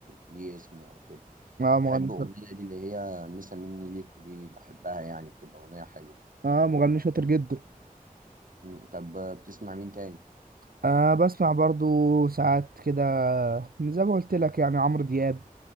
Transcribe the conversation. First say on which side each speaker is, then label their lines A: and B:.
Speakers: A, on the right; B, on the right.
A: ليه اسمه او كده
B: اه
A: بحب
B: مغني
A: اغنيه
B: شاطر
A: دي اللي هي مسا مني ليكو دي بحبها يعني بتبقى اغنيه حلوه
B: اه مغني
A: مم.
B: شاطر جدا
A: مم. طب آه، بتسمع مين تاني؟
B: أه بسمع برضو ساعات كده زي ما قلت لك يعني عمرو دياب